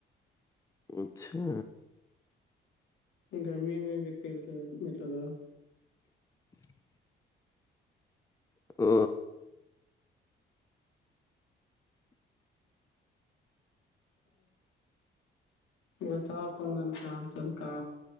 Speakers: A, on the left; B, on the left.
A: اچھا
B: گرمی میں بھی پیل کے گمی لگا
A: <unintelligible> ہ
B: م تھا پنگل کا حال چال کا